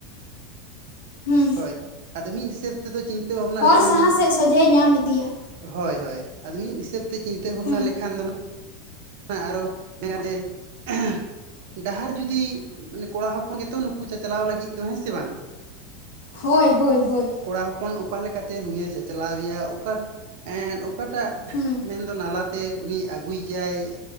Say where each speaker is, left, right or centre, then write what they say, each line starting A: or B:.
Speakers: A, on the right (about 60°); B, on the left (about 65°).
A: <inaudible>
B: ᱦᱩᱸ
A: ᱦᱳᱭ, ᱟᱫᱚ ᱢᱤᱫ ᱦᱤᱥᱟᱹᱵᱽ ᱛᱮᱫᱚ ᱪᱤᱱᱛᱟᱹ ᱵᱷᱟᱵᱽᱱᱟᱜ
B: ᱦᱚᱨ
A: ᱞᱮᱠᱷᱟᱱ
B: ᱥᱟᱦᱟ ᱥᱮᱫ ᱥᱚᱡᱷᱮᱭ ᱧᱟᱢ ᱤᱫᱤᱭᱟ
A: ᱦᱳᱭ ᱦᱳᱭ, ᱟᱹᱞᱤᱧ ᱤᱡ ᱦᱤᱥᱟᱹᱵ ᱛᱮ ᱪᱤᱱᱛᱟᱹ ᱵᱷᱟᱵᱱᱟ
B: ᱦᱩᱸ
A: ᱞᱮᱠᱷᱟᱱ ᱫᱚ ᱟᱨᱦᱚᱸ ᱢᱮᱱᱟ ᱡᱮ ᱮᱸᱦᱮ ᱰᱟᱦᱟᱨ ᱡᱩᱫᱤ ᱩᱱᱤ ᱠᱚᱲᱟ ᱦᱚᱯᱚᱱ ᱜᱮᱛᱚ ᱱᱩᱠᱩ ᱪᱟᱪᱞᱟᱣ ᱞᱟᱹᱜᱤᱫ ᱫᱚ ᱦᱮᱸ ᱥᱮ ᱵᱟᱝ?
B: ᱦᱳᱭ, ᱦᱳᱭ, ᱦᱳᱭ,
A: ᱠᱚᱲᱟ ᱦᱚᱯᱚᱱ ᱚᱠᱟ ᱞᱮᱠᱟᱛᱮ ᱱᱩᱭᱮ ᱪᱟᱪᱞᱟᱣ ᱮᱭᱟᱹ ᱚᱠᱟ ᱮᱫ ᱚᱠᱟᱴᱟᱜ
B: ᱦᱩᱸ
A: ᱢᱮᱱ ᱫᱚ ᱱᱟᱞᱟ ᱛᱮ ᱩᱱᱤ ᱟᱹᱜᱩᱭ ᱮᱭᱟᱭ